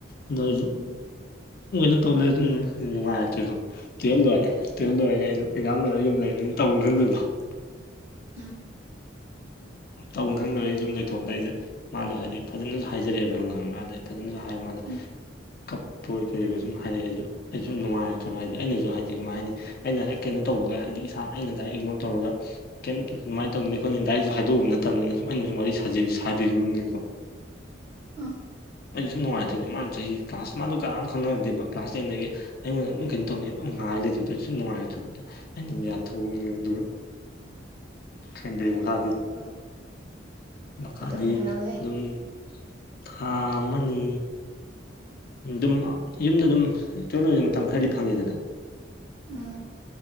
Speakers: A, on the left; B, on the right.
A: ꯑꯗꯣ ꯑꯩꯖꯨ
B: ꯎꯝ
A: <inaudible> ꯅꯨꯡꯉꯥꯏꯔꯛꯇ꯭ꯔꯦ ꯀꯣ <unintelligible>
B: ꯎꯝ ꯎꯝ
A: ꯇꯧꯅꯤ ꯈꯪꯗꯕ ꯑꯩ ꯌꯨꯝ ꯂꯩꯊꯣꯛꯑꯝꯗꯥꯢ ꯑꯩꯁꯦ ꯃꯥꯗꯣ ꯍꯥꯏꯗꯤ ꯐꯖꯅꯁꯨ ꯍꯥꯏꯖꯔꯛꯑꯦꯕ ꯑꯩꯉꯣꯟꯗ ꯐꯖꯅꯁꯨ ꯍꯥꯏ ꯃꯥꯗꯣ
B: ꯎꯝ
A: ꯀꯞꯄꯣꯏ ꯀꯩꯑꯣꯢ ꯁꯨꯝ ꯍꯥꯏꯔꯛꯑꯦ ꯑꯩꯖꯨ ꯁꯨꯝ ꯅꯨꯡꯉꯥꯏꯔꯛꯇ꯭ꯔꯕ ꯍꯥꯏꯗꯤ ꯑꯩꯅꯁꯨ ꯍꯥꯏꯗꯤ ꯀꯃꯥꯏ ꯍꯥꯏꯅꯤ ꯑꯩꯅ ꯍꯦꯛ ꯀꯩꯅꯣ ꯇꯧꯕꯒ ꯍꯥꯏꯗꯤ ꯏꯁꯥ ꯑꯩꯅ ꯗꯥꯏꯔꯦꯛ ꯏꯒꯅꯣꯔ ꯇꯧꯔꯒ ꯀꯩꯝ ꯑꯗꯨꯃꯥꯏꯅ ꯇꯧꯅꯤ ꯈꯣꯅ ꯗꯥꯏꯔꯦꯛꯁꯨ ꯍꯥꯏꯗꯣꯛꯎ ꯅꯠ ꯇꯝꯅꯤꯅ ꯁꯨꯝ ꯑꯩꯅ ꯁꯨꯝ ꯋꯥꯔꯤ ꯁꯥ ꯁꯥꯕꯤꯔꯨꯕꯅꯤꯀꯣ
B: ꯑꯥ
A: ꯑꯩꯁꯨ ꯅꯨꯡꯉꯥꯏꯇ꯭ꯔꯦꯅꯦ ꯃꯥꯅ ꯆꯍꯤ ꯀ꯭ꯂꯥꯁ ꯃꯥꯗꯨ ꯀꯅꯥꯝ ꯈꯪꯅꯔꯛꯇꯦꯕ ꯃꯥꯗꯣ ꯀ꯭ꯂꯥꯁ ꯇꯦꯟꯗꯒꯤ ꯑꯩꯉꯣꯟꯗ ꯑꯗꯨꯝ ꯀꯩꯅꯣ ꯇꯧꯅꯤ ꯉꯥꯏ ꯂꯩꯇꯕꯗ ꯁꯨꯝ ꯅꯨꯡꯉꯥꯏꯔꯛꯇ꯭ꯔꯕ ꯑꯗꯣ ꯑꯩꯅ ꯌꯥꯊꯣꯛꯎꯕꯅꯦꯕ ꯑꯗꯨꯒ ꯈꯟꯗꯦ ꯃꯈꯥꯗꯤ
B: <inaudible>
A: ꯃꯈꯥꯗꯤ
B: ꯀꯩꯗꯧꯔꯒꯦ ꯍꯥꯏꯔꯣꯅꯦ
A: ꯑꯗꯨꯝ ꯊꯥ ꯑꯃꯅꯤ ꯑꯗꯨꯝ ꯌꯨꯝꯗ ꯑꯗꯨꯝ <unintelligible> ꯃꯇꯝ ꯈꯔꯗꯤ ꯐꯪꯉꯤꯗꯅ
B: ꯎꯝ